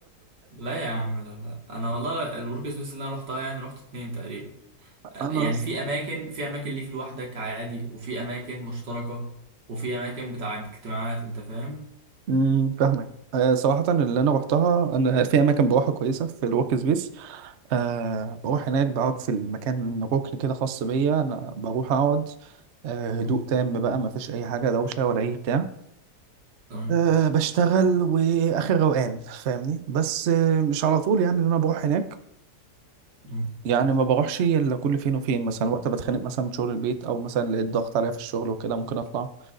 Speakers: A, on the right; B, on the right.
A: لا يا عم لا لا انا والله الورك سبيس اللي انا روحتها يعني روحت اتنين تقريبا
B: <laughs>
A: يعني
B: خلاص
A: في اماكن في اماكن ليك لوحدك عادي وفي اماكن مشتركه وفي اماكن بتاع اجتماعات انت فاهم
B: امم فاهمك آه، صراحة اللي أنا روحتها أنا في أماكن بروحها كويسة في الورك سبيس أه بروح هناك بقعد في المكان ركن كده خاص بيا أنا بروح أقعد أه هدوء
A: مم.
B: تام بقى ما فيش أي حاجة دوشة ولا أي بتاع
A: تمام
B: أه بشتغل وآخر روقان فاهمني بس آه، مش على طول يعني إن أنا بروح هناك
A: مم.
B: يعني ما بروحش إلا كل فين وفين مثلا وقت بتخانق مثلا من شغل البيت أو مثلا لقيت ضغط عليا في الشغل وكده ممكن أطلع